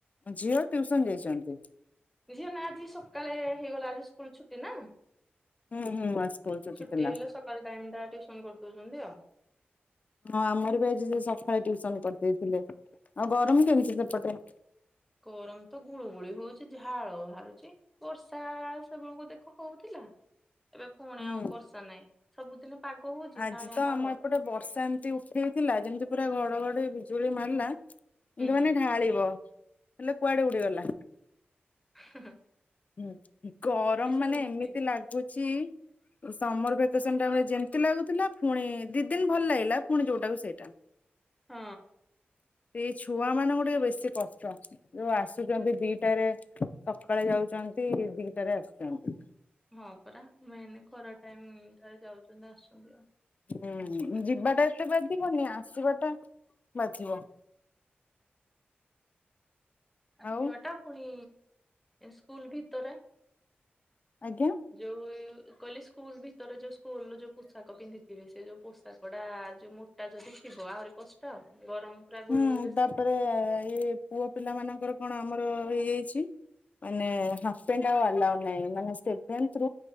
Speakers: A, on the left (about 40°); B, in the centre.
A: ଝିଅ ଟ୍ୟୁସନ ଯାଇଛନ୍ତି।
B: ଝିଅ ନା ଆଜି ସକାଳେ ହେଇଗଲା ଆଜି ସ୍କୁଲ ଛୁଟି ନା
A: ହୁଁ ହୁଁ ସ୍କୁଲ
B: ଛୁଟି
A: ଥିଲା।
B: ହେଲେ ସକାଳ ଟାଇ ଟା ଟିଉସନ କରିଦଉଛନ୍ତି ଆଉ।
A: ହଁ ଆମର ବି ଆ ସେ ସକାଳେ ଟ୍ୟଉସନ କରିଦେଇଥିଲେ ଆଉ ଗରମ କେମିତି ସେପଟେ।
B: ଗରମ ତ ଗୁଳୁ ଗୁଳି ହଉଛିି ଝାଳ ବାହାରୁଛିି ବର୍ଷା ସେବେଳକୁ ଦେଖା ହଉଥିଲା ଏବେ ପୁଣି
A: ହୁଁ।
B: ଆଉ ବର୍ଷା ନାହିଁ ସବୁଦିନ ପାଗ ହଉଛି
A: ଆଜି
B: କାଁଳିଆ
A: ତ
B: ପାଗ
A: ଆମ
B: ହୁଁ
A: ଏପଟେ ବର୍ଷା ଏମତି ଉଠେଇଥିଲା ଯେମିତି ପୁରା ଘଡଘଡି, ବିଜୁଳି ମାରିଲା।
B: ହେଁ
A: ଏମାନେ ଢାଳିବ ହେଲେ କୁଆଡେ ଉଡିଗଲା।
B: ହୁଁ
A: ହୁଁ ଗରମ
B: ସେମିତି
A: ମାନେ ଏମିତି ଲାଗୁଛି। ସମର ଭେକେସନ ଟା ଯେମତି ଲାଗୁଥିଲା ପୁଣି ଦି ଦିନ ଭଲ ଲାଗିଲା ପୁଣି ଯୋଉଟାକୁ ସେଇଟା।
B: ହଁ।
A: ସେଇ ଛୁଆ ମାନଙ୍କୁ ଟିକେ ବେଶୀ କଷ୍ଟ ଯୋଉ ଆସୁଛନ୍ତି ଦିଟାରେ ସକାଳେ ଯାଉ ଆସନ୍ତି ଦିଟାରେ ଆସିଛନ୍ତି।
B: ହଁ ପରା ମେନ ଖରା ଟାଇମ ରେ ଯାଉଛନ୍ତି ଆସୁଛନ୍ତି ଆଉ।
A: ହୁଁ
B: କଣ କରିବା
A: ଯିବାଟା ଏତେ ବାଧିବନି ଆସିବାଟା ବାଧିବ।
B: ଆସିବା
A: ଆଉ
B: ଟା ପୁଣି ସ୍କୁଲ ଭିତରେ,
A: ଆଜ୍ଞା
B: ଯଉ କହିଲି ସ୍କୁଲ ଭିତରେ ଯୋଉ ସ୍କୁଲ ର ଯୋଉ ପୋଷାକ ପିନ୍ଧିଥିବେ ସେ ଯୋଉ ପୋଷାକ ଟା ଯୋଉ ମୁଟା ଯଦି ଥିବ ଆହୁରି କଷ୍ଟ ଆଉ। ଗରମ ପୁରା ଗୁଳୁଗୁଳି
A: ହୁଁ
B: ବେଶୀ
A: ତାପରେ ଇ ପୁଅ ପିଲା ମାନଙ୍କର କଣ ଆମର ହେଇଯାଇଛି। ମାନେ ହାଫ୍ ପ୍ୟାଣ୍ଟ ଆଉ ନାଇଁ ମାନେ ସେଭେଥ